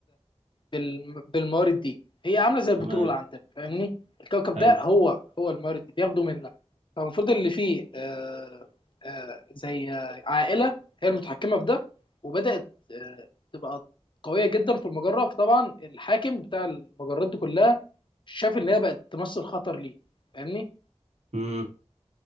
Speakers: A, on the left; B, on the right.
A: بال- بالموارد دي هي عامله زي البترول
B: تمام
A: عندنا فاهمني الكوكب
B: حلو
A: ده هو هو الموارد دي بياخدوا منها فالمفروض اللي فيه آه، آه، زي آه، عائله هي المتحكمه في ده وبدات آه، تبقى قويه جدا في المجره فطبعا الحاكم بتاع المجرات دي كلها شاف ان هي بقت تمثل خطر ليه فاهمني
B: امم